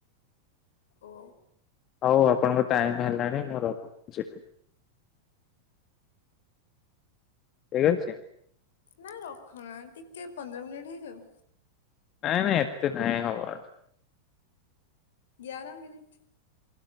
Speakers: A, on the left; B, on the left.
A: ଓ
B: ହଉ ଆପଣଙ୍କ ଟାଇମ ହେଲାଣି ମୁଁ ରଖୁଛି। ଠିକି ଅଛି।
A: ନା ରଖଣା ଟିକେ ପନ୍ଦର ମିନିଟ ହେଇଯାଉ।
B: ନାଇଁ ନାଇଁ ଏତେ ନାଇଁ ହଵାର।
A: ଗାର ମିନିଟ୍